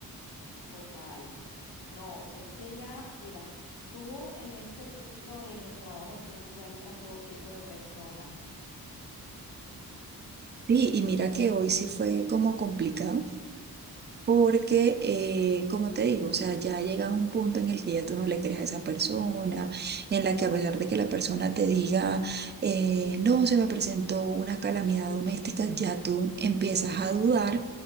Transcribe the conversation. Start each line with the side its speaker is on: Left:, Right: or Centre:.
Left: total. No, es que ya, mira, tú en este punto en los trabajos tú encuentras todo tipo de personas.
Right: Sí, y mira que hoy sí fue como complicado Porque, eh, como te digo, o sea, ya llega un punto en el que ya tú no le crees a esa persona, en la que a pesar de que la persona te diga, eh, no, se me presentó una calamidad doméstica, ya tú empiezas a dudar.